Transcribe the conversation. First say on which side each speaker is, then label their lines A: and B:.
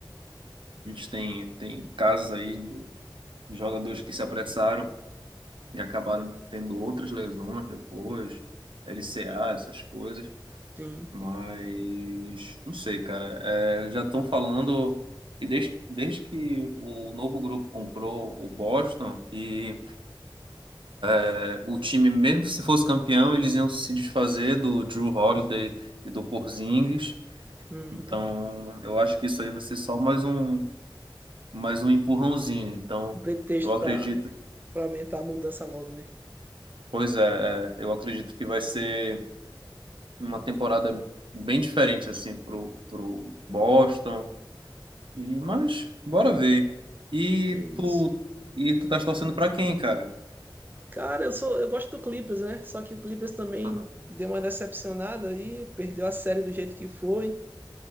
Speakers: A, on the right (about 75°); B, on the right (about 25°).
A: A gente tem, tem casos aí de jogadores que se apressaram e acabaram tendo outras lesões depois, LCA, essas coisas.
B: Sim.
A: Mas não sei, cara. É, já estão falando que desde, desde que o novo grupo comprou o Boston, que é, o time, mesmo se fosse campeão, eles iam se desfazer do Drew Holiday e do Porzingis.
B: Uhum.
A: Então, eu acho que isso aí vai ser só mais um, mais um empurrãozinho. Então,
B: Um pretexto
A: eu acredito
B: para para aumentar a mudança logo, né?
A: Pois é, é, eu acredito que vai ser uma temporada bem diferente assim pro, pro Boston. E mas bora ver. E
B: E é isso.
A: tu e tu tá torcendo pra quem, cara?
B: Cara, eu sou, eu gosto do Clippers, né? Só que o Clippers também
A: Aham.
B: deu uma decepcionada aí, perdeu a série do jeito que foi.